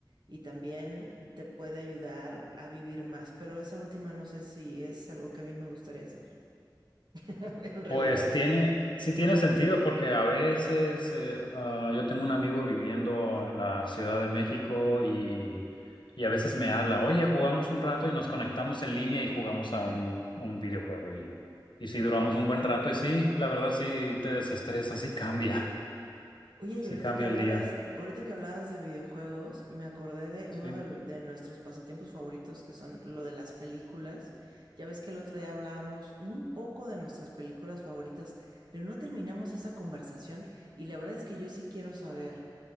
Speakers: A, on the right (about 60°); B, on the left (about 70°).
A: y también te puede ayudar a vivir más, pero esa última no sé si es algo que a mí me gustaría hacer. <laughs> en realidad.
B: Pues tiene, sí tiene sentido porque a veces eh, ah, yo tengo un amigo viviendo en la Ciudad de México y, y a veces me habla, oye, jugamos un rato y nos conectamos en línea y jugamos a un, un videojuego y, y sí duramos un buen rato y sí, la verdad sí te desestresa, sí cambia.
A: Oye, y
B: Sí,
A: ahorita
B: cambia
A: que hablabas,
B: el día.
A: ahorita que hablabas de videojuegos, me acordé de uno
B: Sí,
A: de, de nuestros pasatiempos favoritos, que son lo de las películas. Ya ves que el otro día hablábamos un poco de nuestras películas favoritas, pero no terminamos esa conversación y la verdad es que yo sí quiero saber